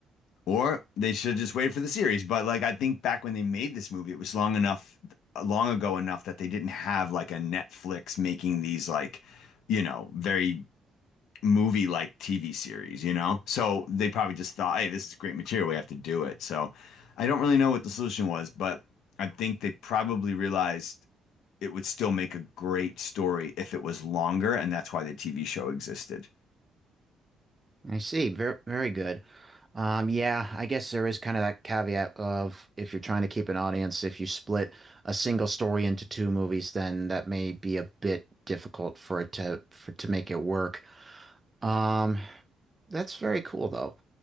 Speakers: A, on the left; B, on the right.
A: or they should just wait for the series. But like I think back when they made this movie, it was long enough, long ago enough that they didn't have like a Netflix making these like, you know, very movie like TV series, you know? So they probably just thought, hey, this is great material. We have to do it. So I don't really know what the solution was, but I think they probably realized it would still make a great story if it was longer, and that's why the TV show existed.
B: I see. Very, very good. Um, yeah, I guess there is kind of that caveat of if you're trying to keep an audience, if you split a single story into two movies, then that may be a bit difficult for it to for to make it work. Um, that's very cool though.